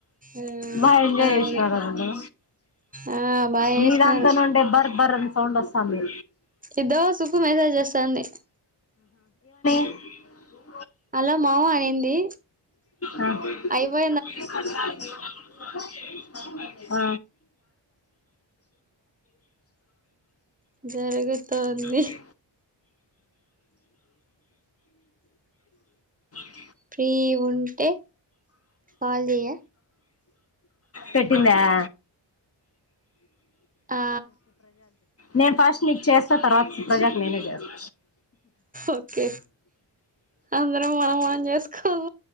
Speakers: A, on the right; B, on the left.
A: ఆ
B: బాగా ఎంజాయ్
A: కామెడీ
B: చేసినారు అంటా
A: ఆ బాగా
B: నీ
A: చేసినారు
B: దాంతో నుండే ఎబర్ బర్రె సౌండ్ వస్తా ఉంది
A: ఈదో సుపు మెసేజ్ చేస్తాంది
B: <inaudible>
A: అలా మావ అనింది
B: ఆ
A: ఐవా
B: <inaudible> ఆ
A: జరుగుతోంది
B: తె <inaudible>
A: పీ ఉంటే కాల్ చెయ్య
B: పెట్టిందా <inaudible>
A: ఆ
B: నేన్ ఫస్ట్ నీక్ చేస్ తర్వాత ప్రజాకి నేనే చేస్తా.
A: ఓకే అందరం మనం ఆన్ చేసుకోల